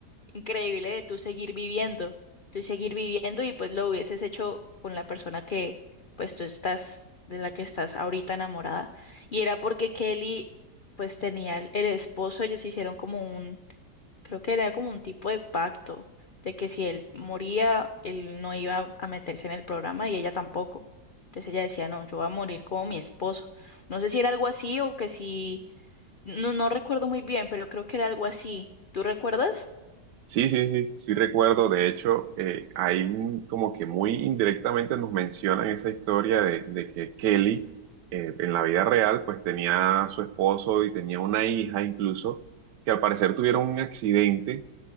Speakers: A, on the left (about 85°); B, on the right (about 85°).
A: increíble de tú seguir viviendo, tú seguir viviendo y pues lo hubieses hecho con la persona que pues tú estás, de la que estás ahorita enamorada. Y era porque Kelly pues tenía el, el esposo, ellos hicieron como un, creo que era como un tipo de pacto de que si él moría, él no iba a meterse en el programa y ella tampoco. Entonces ella decía, no, yo voy a morir como mi esposo. No sé si era algo así o que si, no, no recuerdo muy bien, pero creo que era algo así. ¿Tú recuerdas?
B: Sí, sí, sí, sí recuerdo. De hecho, eh, ahí mm, como que muy indirectamente nos mencionan esa historia de, de que Kelly eh, en la vida real pues tenía a su esposo y tenía una hija incluso que al parecer tuvieron un accidente